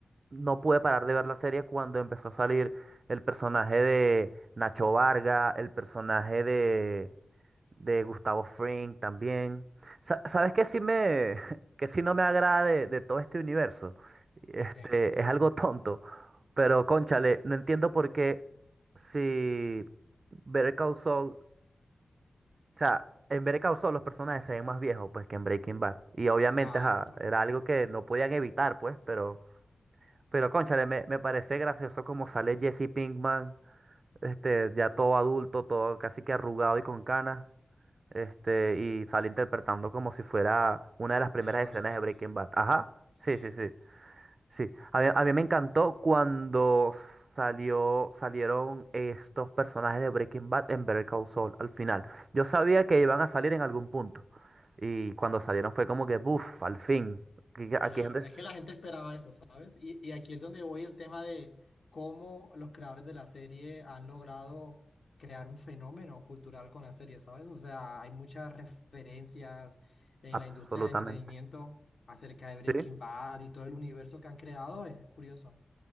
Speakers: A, on the right; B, on the left.
A: no pude parar de ver la serie cuando empezó a salir el personaje de Nacho Varga, el personaje de de Gustavo Fring también. Sa- ¿Sabes qué sí me, <laughs> que sí no me agrada de, de todo este universo? Este,
B: Bien.
A: es algo <laughs> tonto, pero cónchale, no entiendo por qué si Better Call Saul, o sea, en Better Call Saul los personajes se ven más viejos pues que en Breaking Bad. Y obviamente
B: Ah,
A: ajá,
B: claro.
A: era algo que no podían evitar pues, pero pero cónchale, me, me parece gracioso como sale Jesse Pinkman, este, ya todo adulto, todo casi que arrugado y con canas. Este, y sale interpretando como si fuera una de las primeras
B: El adolescente.
A: escenas de Breaking Bad. Ajá,
B: Sí.
A: sí, sí, sí, sí. A mí, a mí me encantó cuando salió, salieron estos personajes de Breaking Bad en Better Call Saul al final. Yo sabía que iban a salir en algún punto. Y cuando salieron fue como que, buf, al fin. Aquí, aquí
B: Claro,
A: hay gente,
B: es que la gente esperaba eso, ¿sabes? Y, y aquí es donde voy el tema de cómo los creadores de la serie han logrado crear un fenómeno cultural con la serie, ¿sabes? O sea, hay muchas referencias en
A: absolutamente.
B: la industria del entretenimiento acerca de Breaking
A: sí
B: Bad y todo el universo que han creado, es curioso.